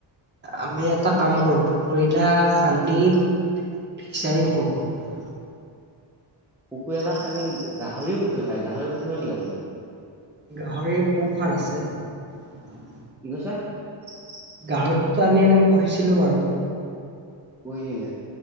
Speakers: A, on the right (about 25°); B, in the centre.
A: আমি এটা কাম কৰো পুখুৰী এটা খান্দি ফিচাৰিং কৰোঁ।
B: পুখুৰী এটা খানি গাহৰিও পুহিব পাৰে গাহৰি পুহিব নেকি আপুনি?
A: গাহৰি মোৰ ঘৰত আছে।
B: <unintelligible>
A: গাহৰি দুটা আনি এনে পুহিছিলোঁ বাৰু।
B: পুহিছিলে?